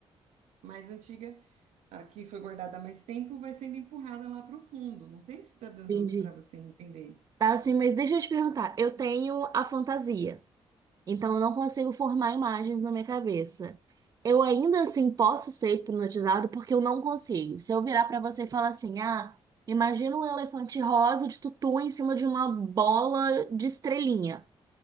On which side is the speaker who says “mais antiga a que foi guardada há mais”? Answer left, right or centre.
Right